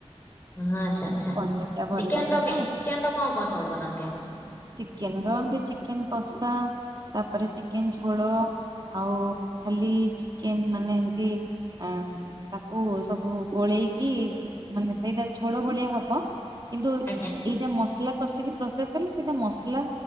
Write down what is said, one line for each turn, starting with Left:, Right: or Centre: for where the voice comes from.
Left: ହଁ, ଆଚ୍ଛା ଆଚ୍ଛା,
Right: ପନିର ଟା ଭଲ
Left: ଚିକେନ୍
Right: ଲାଗେ
Left: ର
Right: ତ
Left: ଚିକେନ୍ ର କଣ କଣ ସବୁ ବନାନ୍ତି ଆପଣ?
Right: ଚିକେନ୍ ର ଏମତି ଚିକେନ୍ କଷା, ତା'ପରେ ଚିକେନ୍ ଝୋଳ। ଆଉ, ଖାଲି ଚିକେନ୍ ମାନେ ଏମତି ଆଁ ତାକୁ, ସବୁ ଗୋଳେଇକି ମାନେ ସେଇଟା ଝୋଳ ଭଳିଆ ହବ। କିନ୍ତୁ,
Left: ଆଜ୍ଞା।
Right: ଏଇଟା ମସଲା କଷିକି ପ୍ରୋସେସ୍ ହେଲେ ସେଇଟା ମସଲା